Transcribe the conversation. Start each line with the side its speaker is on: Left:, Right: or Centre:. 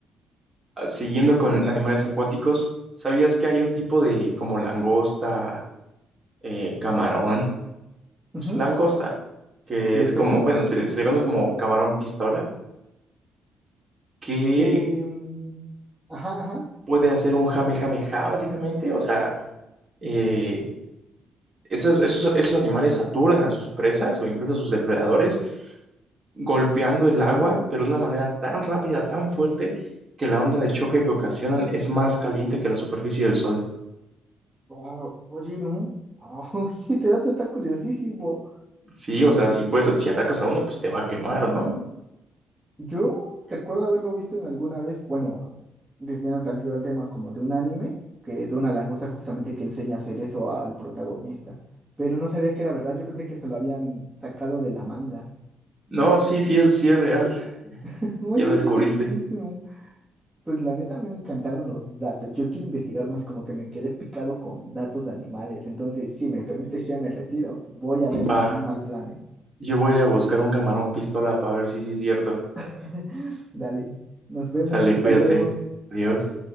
Right: siguiendo con animales acuáticos, ¿sabías que hay un tipo de como langosta, eh, camarón?
Centre: Ujú,
Right: pues, langosta, que
Centre: Ok,
Right: es
Centre: ok.
Right: como, bueno, se le, se le conoce como camarón pistola, que
Centre: Em, ajá, ajá.
Right: puede hacer un jamejameja, básicamente. O sea, eh, esos, esos, esos animales saturan a sus presas o incluso a sus depredadores, golpeando el agua, pero de una manera tan rápida, tan fuerte, que la onda de choque que ocasionan es más caliente que la superficie del sol.
Centre: Ah, oye, no, <laughs> oye, ese dato está curiosísimo.
Right: Sí, o sea, si puedes, si atacas a uno, pues te va a quemar, ¿no?
Centre: Yo recuerdo haberlo visto en alguna vez, bueno, desviando tantito al tema como de un anime, que de una langosta justamente que enseña a hacer eso al protagonista, pero no sabía que era verdad, yo pensé que se lo habían sacado de la manga.
Right: No, sí, sí es, sí es real, <laughs>
Centre: <laughs> Oye,
Right: ya lo
Centre: es
Right: descubriste.
Centre: interesantísimo. Pues la neta a mí me encantaron los datos, yo quiero investigar más, como que me quedé picado con datos de animales, entonces si me permites yo me retiro, voy a ver más
Right: Va,
Centre: Animal Planet.
Right: yo voy a ir a buscar un camarón pistola para ver si sí es cierto.
Centre: <laughs> Dale, nos vemos,
Right: Sale,
Centre: hasta
Right: cuídate.
Centre: luego.
Right: Adiós.